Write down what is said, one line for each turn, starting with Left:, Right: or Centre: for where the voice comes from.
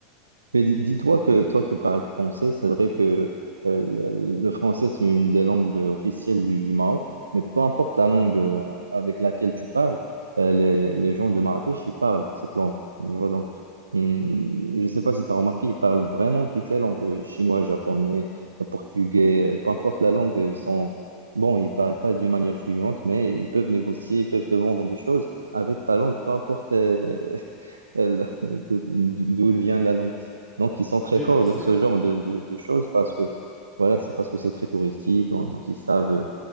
Right: Mais di- dis-toi que toi, tu parles français. C'est vrai que euh, le le français, c'est une des langues euh, officielles du, du Maroc. Mais peu importe la langue euh, avec laquelle tu parles, euh, les, les gens de Marrakech, ils parlent cette langue. Tu vois, donc, hum, je ne sais pas si tu as remarqué, ils parlent vraiment toutes les langues, euh, chinois, japonais, euh, portugais, euh, peu importe la langue, euh, ils sont... Bon, ils ne parlent pas d'une manière fluente, mais ils peuvent négocier, ils peuvent te vendre des choses avec ta langue, peu importe, euh, elle- <laughs> d'où vient la langue. Donc, ils sont très
Centre: J'ai
Right: forts
Centre: vu ça.
Right: dans ce genre de, de- de choses parce que, voilà, c'est parce que c'est très touristique, on- donc ils savent euh,